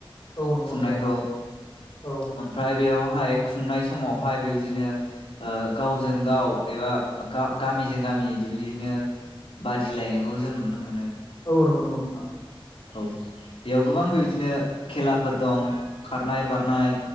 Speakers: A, on the left (about 40°); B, on the left (about 75°).
A: औ नंगौ
B: खुंनायखौ
A: नंगौ औ
B: ओमफ्राय बेयावहाय खुंनाय समावहाय। बेबिदिनो गावजों गाव एबा गामिजों गामि बेबदिनो बादिलायनायखौ जों नुनो मोनो।
A: औ नंगौ नंगौ नोंथां।
B: औ बेयाव गोबां बेबायदिनो खेला फोर दं खारनाय बारनाय